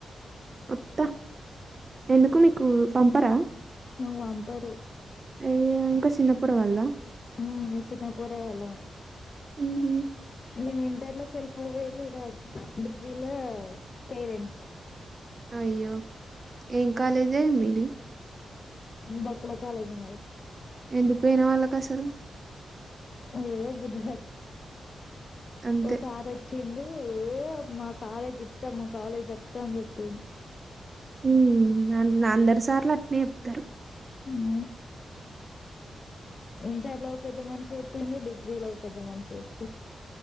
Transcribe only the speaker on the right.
ఒత్తా ఎందుకు మీకు పంపరా
అయ ఇంకా చిన్నపోరగాల్లా
ఉహు
అయ్యో ఏం కాలేజీ మీది
ఎందుకు పోయిన వాళ్ళకు అసలు
అంతే
ఉ అందరూ సార్లు అట్నే చెప్తారు